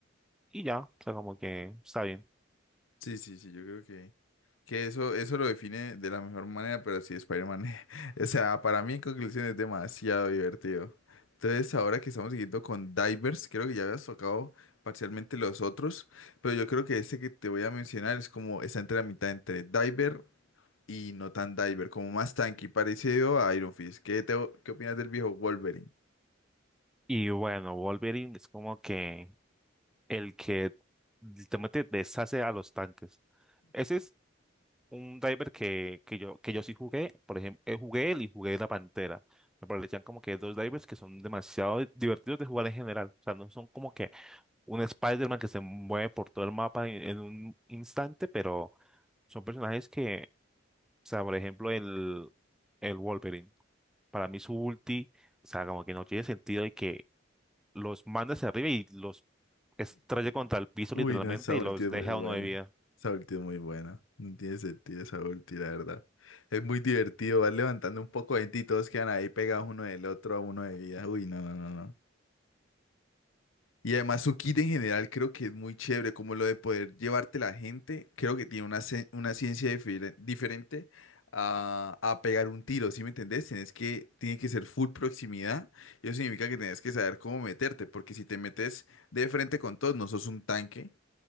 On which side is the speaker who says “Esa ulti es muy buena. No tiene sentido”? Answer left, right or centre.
Left